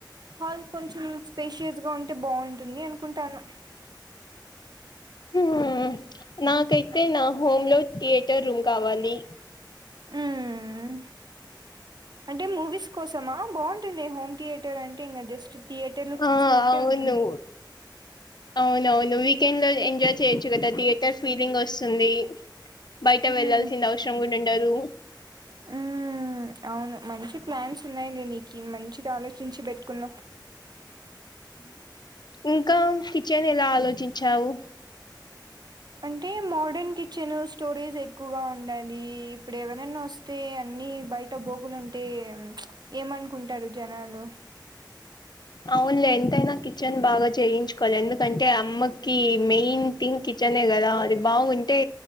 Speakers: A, on the right; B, on the left.
A: హాల్ కొంచెం స్పేషియస్ గా ఉంటే బాగుంటుంది అనుకుంటాను
B: ఉ నాకైతే నా హోమ్ లో థియేటర్ రూమ్ కావాలి
A: మ్మ్ అంటే మూవీస్ కోసమా బాగుంటుంది హోమ్ థియేటర్ అంటే ఇంక జస్ట్ థియేటర్ లో చూసినట్టే
B: ఆ అవును
A: ఉంటుంది
B: అవునవును వీకెండ్ లో ఎంజాయ్ చేయొచ్చు కదా థియేటర్ ఫీలింగ్ వస్తుంది బయట
A: మ్మ్
B: వెళ్లాల్సిన అవసరం గుడుండదు
A: మ్మ్ అవును మంచి ప్లాన్స్ ఉన్నాయిలే నీ కి మంచిగా ఆలోచించి పెట్టుకున్నా
B: ఇంకా కిచెన్ ఎలా ఆలోచించావు
A: అంటే మోడర్న్ కిచెన్ స్టోరేజ్ ఎక్కువగా ఉం ఉండాలి ఇప్పుడెవరనా వస్తే అన్నీ బయట బోగులుంటే ఏమనుకుంటారు జనాలు
B: అవున్లే ఎంతైనా కిచెన్ బాగా చేయించుకోవాలి ఎందుకంటే అమ్మకి మెయిన్ థింగ్ కిచ్ నే గదా అది బాగుంటే